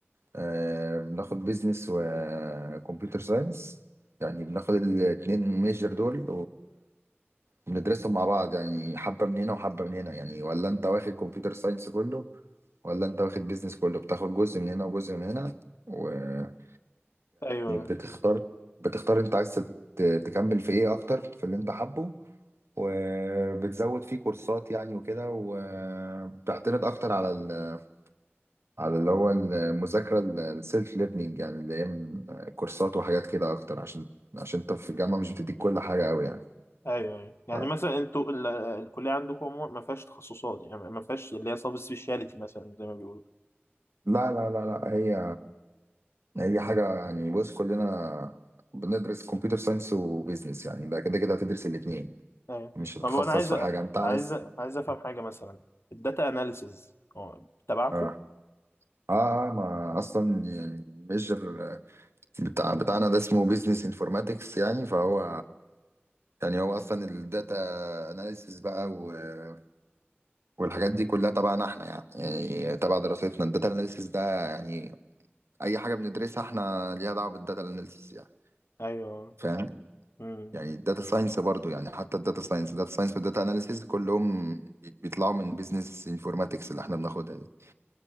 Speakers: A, on the right; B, on the left.
A: آه، بناخد بيزنس وكمبيوتر ساينس يعني بناخد الاتنين ميجر دول بندرسهم مع بعض يعني حبة من هنا وحبة من هنا يعني ولا انت واخد كمبيوتر ساينس كله ولا انت واخد بيزنس كله بتاخد جزء من هنا وجزء من هنا ويعني
B: ايوه
A: بتختار بتختار انت عايز ت- تكمل في ايه اكتر في اللي انت حابه وبتزود فيه كورسات يعني وكده وبتعتمد اكتر على ال... على اللي هو المذاكرة السيلف ليرنينج يعني اللي هي من كورسات وحاجات كده اكتر عشان عشان انت في الجامعة مش بتديك كل حاجة قوي يعني
B: ايوه ايوه يعني
A: ف-
B: مثلا انتوا ال- الكليه عندكم عموما ما فيهاش تخصصات يعني ما فيهاش اللي هي سب سبيشاليتي مثلا زي ما بيقولوا
A: لا لا لا لا هي هي حاجة يعني بص كلنا بندرس كمبيوتر ساينس وبيزنس يعني ده كده كده هتدرس الاتنين
B: ايوه
A: مش هتتخصص
B: طب انا عايز أ-
A: في حاجة انت عايز
B: عايز أ- عايز افهم حاجه مثلا الداتا اناليسز اه تبعكم
A: اه اه آه، ما اصلا يعني ميجر بتاع بتاعنا ده اسمه بيزنس انفورماتكس يعني فهو يعني هو اصلا الداتا اناليسيس بقى و- والحاجات دي كلها تبعنا احنا يعني يعني تبع دراستنا الداتا اناليسيس ده يعني اي حاجة بندرسها احنا ليها دعوة بالداتا اناليسيس يعني
B: ايوه
A: فاهم
B: امم
A: يعني الداتا ساينس برضو يعني حتى الداتا ساينس الداتا ساينس والداتا اناليسيز كلهم بي- بيطلعوا من بيزنس انفورماتكس اللي احنا بناخدها دي